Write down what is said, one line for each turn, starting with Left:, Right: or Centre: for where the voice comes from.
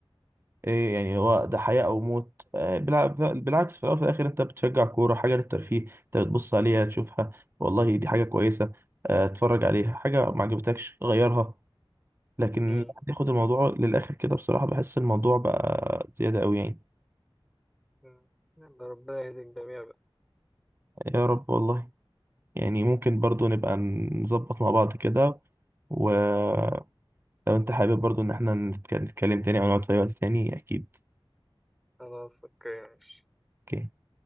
Right: ايه يعني هو ده حياه او موت آه، بالع- بالعكس في الاول وفي الاخر انت بتشجع كوره حاجه للترفيه انت بتبص عليها تشوفها والله دي حاجه كويسه آه، اتفرج عليها حاجه ما عجبتكش غيرها لكن
Centre: فاهم
Right: تاخد الموضوع للاخر كده بصراحه بحس الموضوع بقى زياده قوي يعني
Centre: مم. يلا ربنا يهدي الجميع بقى
Right: يا رب والله يعني ممكن برضو نبقى نظبط مع بعض كده ولو انت حابب برضو ان احنا نتك- نتكلم تاني او نقعد في اي وقت تاني اكيد
Centre: خلاص اوكي ماشي
Right: اوكي